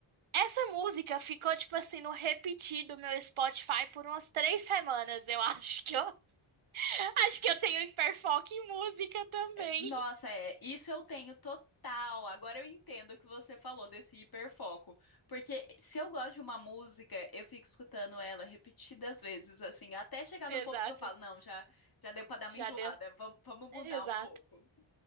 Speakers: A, on the right; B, on the left.
A: Essa música ficou, tipo assim, no repetir do meu Spotify por umas três semanas, eu acho que eu. <laughs> Acho que eu tenho hiperfoco em música também.
B: É, Nossa, é, isso eu tenho total. Agora eu entendo o que você falou desse hiperfoco. Porque se eu gosto de uma música, eu fico escutando ela repetidas vezes, assim, até chegar
A: Exato.
B: no ponto que eu falo, não, já, já deu pra dar
A: Já
B: uma enjoada,
A: deu.
B: vamos, vamos mudar
A: Exato.
B: um pouco.